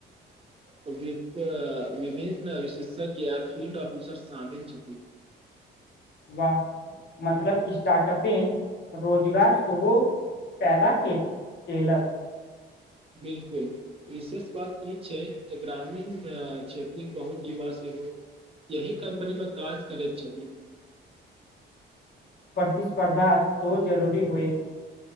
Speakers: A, on the right (about 30°); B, on the left (about 60°).
A: विभिन्न विशेषज्ञ या फील्ड ऑफिसर शामिल। छथि।
B: वहाँ! मतलब स्टार्टअपे रोजगार सेहो। पैदा के केलक।
A: बिलकुल। विशेष बात ई छै जे, ग्रामीण क्षेत्रमे बहुत युवा सेहो। यही कम्पनी मे काज करैत छथि।
B: प्रतिस्पर्धा सेहो जरूरी होएत।